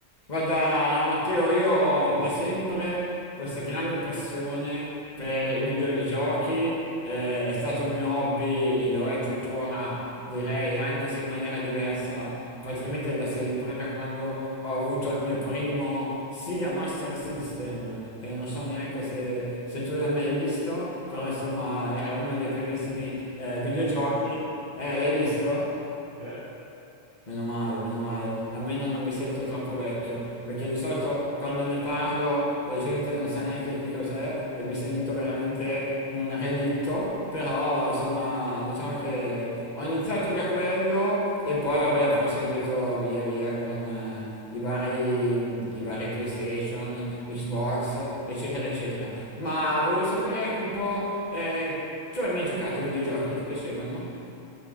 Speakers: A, on the left; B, on the right.
A: Guarda, Matteo, io ho da sempre questa grande passione per i videogiochi, eh, è stato il mio hobby e lo è tuttora, direi, anche se in maniera diversa, praticamente da sempre, da quando ho avuto il mio primo Sega Master System, che non so neanche se, se tu l'hai mai visto, però insomma era uno dei primissimi eh, videogiochi.
B: Ma scherzi,
A: Eh, l'hai visto?
B: Eh,
A: Meno male, meno male, almeno non mi sento troppo vecchio, perché di solito quando ne parlo la gente non sa neanche che cos'è e mi sento veramente un relitto, però insomma diciamo che ho iniziato da quello e poi vabbè ho proseguito via via con eh, i vari, i vari PlayStation, Xbox, eccetera, eccetera. Ma volevo sapere anche un po', eh, tu hai mai giocato ai videogiochi? Ti piacevano?